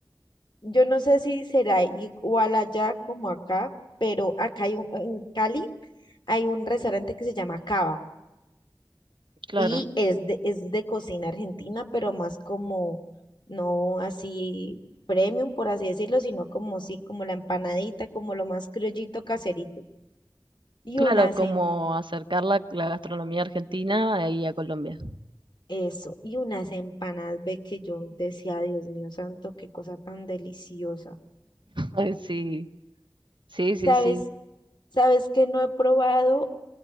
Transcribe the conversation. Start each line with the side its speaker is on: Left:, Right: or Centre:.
Left: yo no sé si será igual allá como acá, pero acá hay un, en Cali hay un restaurante que se llama Cava.
Right: Claro,
Left: Y es de, es de cocina argentina, pero más como, no así premium, por así decirlo, sino como sí, como la empanadita, como lo más criollito caserito. Y
Right: claro,
Left: unas,
Right: como
Left: em-
Right: acercar la, la gastronomía argentina ahí a Colombia.
Left: eso, y unas empanadas, ve que yo decía, Dios mío santo, qué cosa tan deliciosa.
Right: <laughs> Ay, sí, sí, sí,
Left: ¿Sabes?
Right: sí.
Left: ¿Sabes que no he probado?